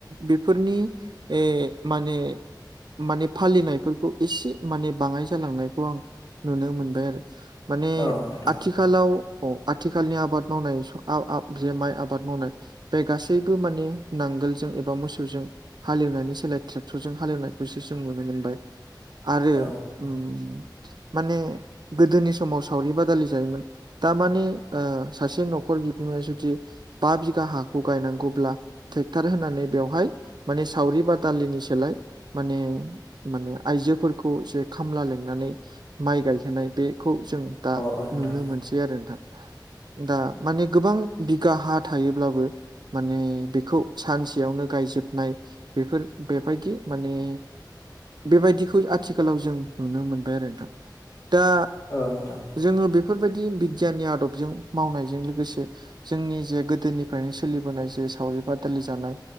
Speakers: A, on the right (about 65°); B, on the left (about 55°).
A: बेफोरनि ए माने माने फालिनायफोरखौ एसे माने बाङाय जालांनायखौ आं नुनो मोनबाय आरो। माने
B: औ
A: आथि
B: नोंथां
A: आथिखालाव अ आथिखालनि आबाद मावनाय स आव आव जे माइ आबाद मावनाय बे गासैबो माने नांगोलजों एबा मोसो जों हालेवनायनि सोलाय ट्रेक्टरजों हालेवनायखौसो जों नुनो मोनबाय आरो
B: औ
A: उम माने गोदोनि समाव सावरि बादालि जायोमोन। थारमाने ओ सासे न'खर बिगोमाया जुदि बा बिघा हाखौ गायनांगौब्ला टेक्टार होनानै बेवहाय माने सावरि बादालिनि सोलाय माने माने आयजोफोरखौ जे खामला लिंनानै माइ गायहोनाय बे खौ जों दा
B: औ नोंथां
A: नुनो मोनसै आरो नोंथां। दा माने गोबां बिगा हा थायोब्लाबो माने बेखौ सानसेयावनो गायजोब नाय बेफोर बेबायदि माने बेबायदिखौ आथिखालाव जों नुनो मोनबाय आरो नोंथां दा
B: ओ नोंथां।
A: जोङो बेफोरबायदि बिगियाननि आदबजों मावनायजों लोगोसे जोंनि जे गोदोनिफ्रायनो सोलिबोनाय जे सावरि बादालि जानाय